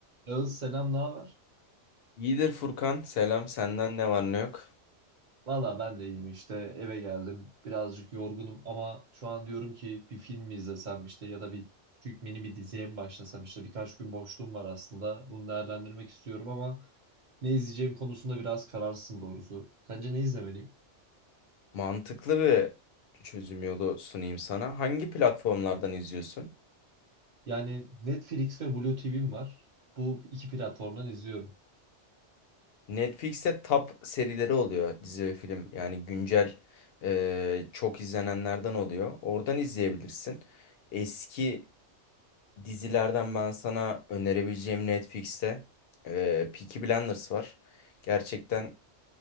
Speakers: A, on the right (about 45°); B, on the left (about 60°).
A: Yağız selam ne haber?
B: İyidir Furkan. Selam. Senden ne var ne yok?
A: Valla ben de iyiyim işte eve geldim birazcık yorgunum ama şu an diyorum ki bir film mi izlesem işte ya da bir küçük mini bir diziye mi başlasam işte birkaç gün boşluğum var aslında bunu değerlendirmek istiyorum ama ne izleyeceğim konusunda biraz kararsızım doğrusu. Sence ne izlemeliyim?
B: Mantıklı bir çözüm yolu sunayım sana. Hangi platformlardan izliyorsun?
A: Yani Netflix ve Blue TV'm var bu iki platformdan izliyorum.
B: Netflix'te top serileri oluyor. Dizi ve film. Yani güncel e, çok izlenenlerden oluyor. Oradan izleyebilirsin. Eski dizilerden ben sana önerebileceğim Netflix'te e, Peaky Blinders var. Gerçekten